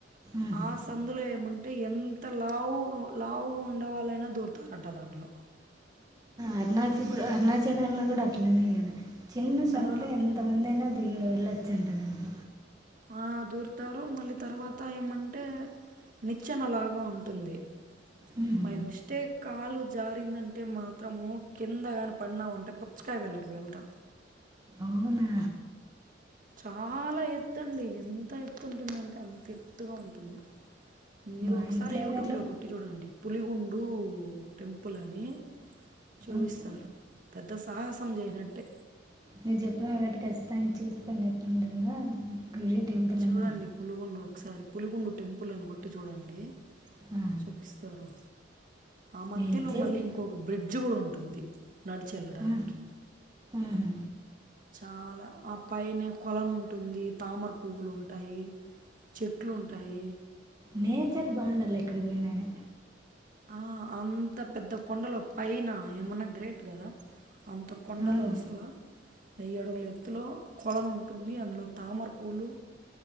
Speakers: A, on the right; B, on the right.
A: ఆహా.
B: ఆ సందులో ఏమంటే ఎంత లావుగా లావుగా ఉండేవాళ్ళైనా దూరుతారంట దాంట్లో
A: అరుణాచప్పుడు అరుణాచలంలో కూడా అట్లనే కదా చిన్న సందులో
B: ఆ!
A: ఎంత మందైనా అ వెళ్ళొచ్చంటదంట
B: ఆ దూర్తారు మళ్ళీ తర్వాత ఏమంటే నిచ్చెనలాగా ఉంటుంది
A: ఉమ్,
B: బై్ మిస్టేక్ కాలు జారిందంటే మాత్రము కిందగాని పడినామంటే పుచ్చకాయ వెళినట్ట పెళ్తాం
A: అవునా
B: చాలా ఎత్తు అండి ఎంత ఎత్తుంటుందంటే అంత ఎత్తుగా ఉంటుంది మీరు
A: మా
B: ఒకసారి
A: ఇంట్లో
B: యూట్యూబ్
A: ఏదో అట్లా
B: లో కొట్టి చూడండి పులి ఉండు టెంపుల్ అని చూపిస్తారు
A: ఓకే.
B: పెద్ద సాహసం చేయనట్టే
A: మీరు చెప్పిన కాబట్టి ఖచ్చితంగా చూస్తాను ఎట్లుంటుందో గుడి టెంపుల్
B: చూడండి
A: అంతా
B: పులిగుండు ఒకసారి పులిగుండు టెంపుల్ అని కొట్టి చూడండి
A: ఆ,
B: చూపిస్తారు ఆ మధ్యలో
A: ఏం చెప్పు
B: మళ్ళీ ఇంకొక బ్రిడ్జ్ కూడా ఉంటుంది ఉంటుంది నడిచి వెళ్ళడానికి
A: ఆ, ఆహా.
B: చాలా ఆ పైనె కొలను ఉంటుంది తామర పువ్వులు ఉంటాయి చెట్లు ఉంటాయి
A: నేచర్ బాగుండాలి ఎక్కడికి పోయిన గాని
B: ఆ అంత పెద్ద కొండలో పైన ఏమన్నా గ్రేట్ కదా అంత కొండలు
A: అవును
B: అసల వెయ్యి అడుగులు ఎత్తులో కొళను ఉంటుంది. అందులో తామరపూలు,